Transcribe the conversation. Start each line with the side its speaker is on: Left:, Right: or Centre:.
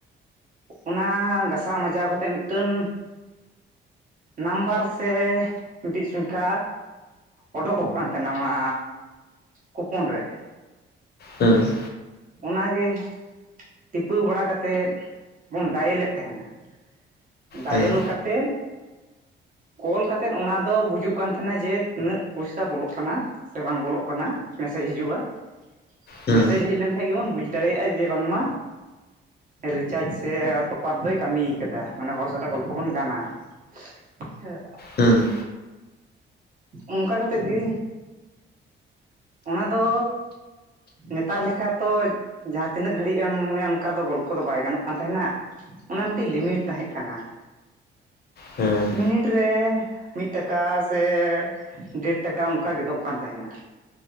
Right: ᱚᱱᱟ ᱜᱟᱥᱟᱣ ᱢᱟᱡᱟᱣ ᱠᱟᱛᱮ ᱢᱤᱫ ᱴᱟᱹᱱ ᱱᱟᱢᱵᱟᱨ ᱥᱮ ᱢᱤᱫᱴᱤᱡ ᱥᱚᱝᱠᱷᱟ ᱚᱰᱳᱠᱚᱜ ᱠᱟᱱ ᱛᱟᱦᱮᱸᱱᱟ ᱚᱱᱟ ᱠᱩᱯᱚᱱ ᱨᱮ
Left: ᱦᱮᱸ
Right: ᱚᱱᱟ ᱜᱮ ᱴᱤᱯᱟᱹᱣ ᱵᱟᱲᱟ ᱠᱟᱛᱮᱫ ᱵᱚᱱ ᱰᱟᱭᱮᱹᱞᱮᱫ ᱛᱟᱦᱮᱸᱱᱟ ᱾ ᱰᱟᱭᱮᱞ
Left: ᱦᱩᱸ
Right: ᱠᱟᱛᱮᱫ ᱠᱚᱞ ᱠᱟᱛᱮᱫ ᱚᱱᱟ ᱫᱚ ᱵᱩᱡᱩᱜ ᱠᱟᱱ ᱛᱟᱦᱮᱱᱟ ᱡᱮ ᱛᱤᱱᱟᱹᱜ ᱯᱚᱭᱥᱟ ᱵᱚᱞᱚᱜ ᱠᱟᱱᱟ ᱾ ᱥᱮ ᱵᱟᱝ ᱵᱚᱞᱚᱜ ᱠᱟᱱᱟ ᱢᱮᱥᱮᱡᱽ ᱦᱤᱡᱩᱜᱼᱟ ᱾
Left: ᱦᱩᱸ
Right: ᱢᱮᱥᱮᱡᱽ ᱦᱮᱡ ᱞᱮᱱᱠᱷᱟᱡ ᱜᱮᱵᱚᱱ ᱵᱩᱡ ᱫᱟᱲᱮᱭᱟᱜᱼᱟ ᱡᱮ ᱵᱟᱝᱢᱟ ᱨᱤᱪᱟᱡᱽ ᱥᱮ ᱴᱚᱯᱟᱯ ᱫᱚᱭ ᱠᱟᱹᱢᱤᱭ ᱠᱟᱫᱟ ᱢᱟᱱᱮ ᱦᱚᱲ ᱥᱟᱞᱟᱜ ᱜᱚᱞᱯᱷᱚ ᱵᱚᱱ ᱜᱟᱱᱟ ᱾ <inaudible>
Left: ᱦᱩᱸ
Right: ᱚᱱᱠᱟ ᱠᱟᱛᱮᱫ ᱜᱮ ᱚᱱᱟ ᱫᱚᱻ ᱱᱮᱛᱟᱨ ᱞᱮᱠᱟ ᱛᱚᱡ ᱡᱟᱦᱟᱸ ᱛᱤᱱᱟᱹᱜ ᱜᱷᱟᱹᱲᱤᱡ ᱪᱮᱻᱢ ᱢᱚᱱᱮᱭᱟ ᱚᱱᱠᱟ ᱫᱚ ᱜᱚᱞᱯᱷᱚ ᱫᱚ ᱵᱟᱭ ᱜᱟᱱᱚᱜ ᱠᱟᱱ ᱛᱟᱦᱮᱱᱟ ᱚᱱᱟ ᱢᱤᱫᱴᱤᱡ ᱞᱤᱢᱤᱴ ᱛᱟᱦᱮᱸᱜ ᱠᱟᱱᱟ ᱾
Left: ᱦᱮᱸ
Right: ᱢᱤᱱᱤᱴ ᱨᱮ ᱢᱤᱫ ᱴᱟᱠᱟ ᱥᱮ ᱰᱮᱴ ᱴᱟᱠᱟ ᱚᱱᱠᱟ ᱜᱮᱫᱚᱜ ᱠᱟᱱ ᱛᱟᱦᱮᱸᱱᱟ᱾